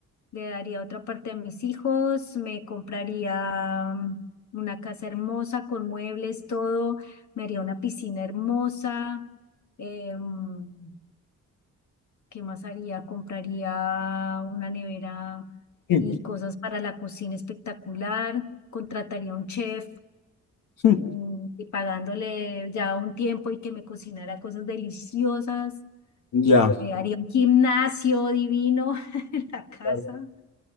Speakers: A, on the left; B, on the left.
A: Le daría otra parte a mis hijos, me compraría mm, una casa hermosa con muebles, todo, me haría una piscina hermosa. eh, mm, ¿qué más haría? Compraría una nevera
B: Mm,
A: y cosas para la cocina espectacular. Contrataría un chef,
B: mm,
A: mm, y pagándole ya un tiempo y que me cocinara cosas deliciosas.
B: Ya.
A: eh, haría un gimnasio divino <laughs> en la casa.
B: Claro.